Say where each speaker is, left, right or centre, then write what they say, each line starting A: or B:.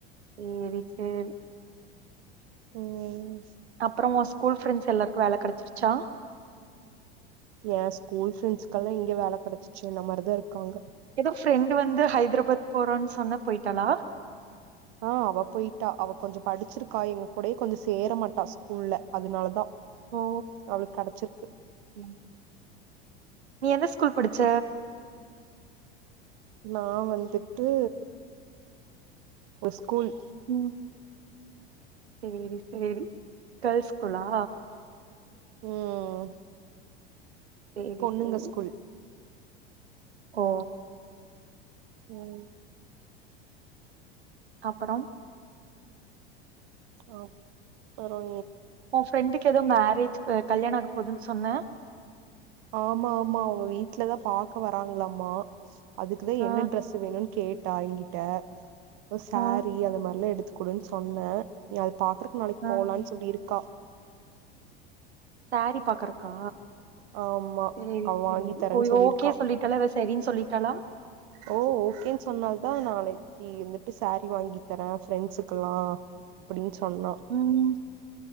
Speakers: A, on the right; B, on the right.
A: சேரி சேரி
B: ம்
A: அப்பறோ வோ ஸ்கூல் ஃப்ரெண்ட்ஸ் எல்லாருக்கு வேல கெடச்சிருச்சா
B: ஏ ஸ்கூல் பிரரெண்ட்ஸ்கெல்லா எங்க வேல கெடச்சிச்சி என்ன மாரிதாருக்காங்க
A: ஏதோ ஃப்ரெண்டு் வந்து ஹைதராபாத் போறன் சொன்ன போயிட்டாளா
B: ஆஅவ போயிட்டா அவ கொஞ்சோ படிச்சிருக்கா எங்க கூடயே கொஞ்சோ சேர மாட்டா ஸ்கூல்ல அதனாலதா
A: ஓ
B: அவளுக்கெடச்சிருக்கு
A: ம். நீ எந்த ஸ்கூல் படிச்ச
B: நா வந்துட்டு ஒரு ஸ்கூல்
A: ம் சேரி சேரி கேர்ள்ஸ் ஸ்கூலா
B: ம்
A: சேரி
B: பொண்ணுங்க
A: சேரி
B: ஸ்கூல்
A: ஓ
B: ம்
A: அப்பறம்
B: ஒ பரவ
A: உ ஃப்ரெண்டுக்கு எதோ மேரேஜ் க கல்யாண ஆக போகுதுன் சொன்ன
B: ஆமா ஆமா அவுங்க வீட்லதா பாக்க வராங்களாமா அதுக்குதா
A: ஆ
B: என்ன ட்ரரெஸு வேணுன் கேட்டா எங்கிட்ட ஏ சேரீ
A: ஆ
B: அந்த மாரிலா எடுத்து குடுன் சொன்ன ந அது பாக்கறக் நாளைக்
A: ஆ
B: போலான் சொல்லியிருக்கா
A: சேரி பாக்கறக்கா
B: ஆமா
A: செரி
B: அவ
A: செரி
B: வாங்கி தரேன்
A: ஒ இவ
B: சொல்லிருக்கா
A: ஓகே சொல்லிட்டாலா வெஸ் செரின் சொல்லிட்டாளா
B: ஓ ஓகேன் சொன்னால்தா நாளைக்கி வந்துட்டு சேரீ வாங்கி தரே ஃப்ரெண்ட்ஸுக்குல்லா அப்படின் சொன்னா
A: ம்